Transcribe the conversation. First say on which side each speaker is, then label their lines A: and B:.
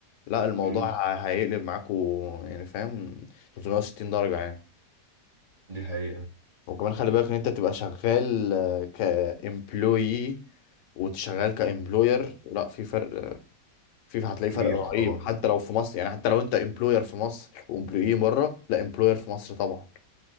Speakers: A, on the left (about 85°); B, on the right (about 30°).
A: لا الموضوع
B: امم
A: ه- هيقلب معاكوا يعني فاهم 360 درجه يعني
B: دي حقيقه
A: وكمان خلي بالك ان انت تبقى شغال آه، كإمبلويي وتشغال كإمبلوير لا في فرق في هتلاقي
B: كبير
A: فرق رهيب
B: طبعا
A: حتى لو في مصر يعني حتى لو انت إمبلوير في مصر وإمبلويي بره لا إمبلوير في مصر طبعا